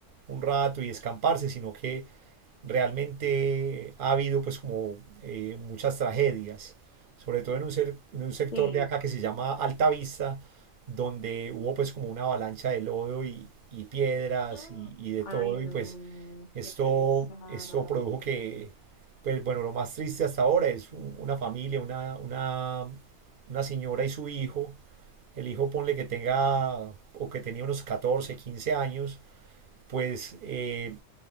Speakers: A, on the right; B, on the left.
A: un rato y escamparse, sino que realmente ha habido pues como eh, muchas tragedias, sobre todo en un, ser- en un sector
B: sí.
A: de acá que se llama Altavista, donde hubo pues como una avalancha de lodo y, y piedras
B: Ah,
A: y, y de
B: Ay,
A: todo,
B: no,
A: y pues esto,
B: qué pesar.
A: esto produjo que, pues bueno, lo más triste hasta ahora es un- una familia, una, una, una señora y su hijo, el hijo ponle que tenga o que tenía unos 14 15 años, pues eh,